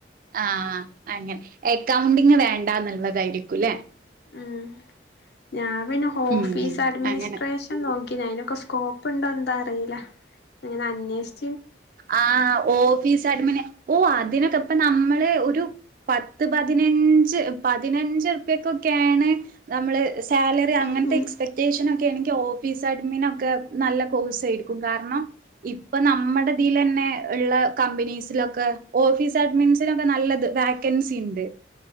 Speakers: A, on the right; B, on the left.
A: ആഹ്, അങ്ങനെ എക്കൗണ്ടിങ് വേണ്ടാന്നുള്ളതായിരിക്കുല്ലേ?
B: ആഹ്, ഞാൻ പിന്നെ ഓഫീസ്
A: ഉം ഉം
B: അഡ്മിനിസ്ട്രേഷൻ
A: അങ്ങനെ
B: നോക്കീനി അയിനൊക്കെ സ്കോപ്പ് ഇണ്ടോ എന്താ അറീല, അത്ങ്ങനെ അന്വേഷി
A: ആ ഓഫീസ് അഡ്മിന് ഓഹ് അതിനൊക്കെ ഇപ്പ നമ്മള് ഒരു പത്ത് പതിനഞ്ച് പതിനഞ്ച് ഉർപ്പ്യക്കൊക്കേണ് നമ്മള് സ് സാലറി അങ്ങൻത്തെ
B: ഉം ഉം
A: എക്സ് പെക്ടേഷനൊക്കെ ആണെങ്കിൽ ഓഫീസ് അഡ്മിനൊക്കെ നല്ല കോഴ്സ് ആയിരിക്കും കാരണം ഇപ്പ നമ്മടെ ഇതീലെന്നെ ഇള്ള കമ്പനീസ് ലൊക്കെ ഓഫീസ് അഡ്മിൻസിനൊക്കെ നല്ലത് വാക്കൻസി ഇണ്ട്.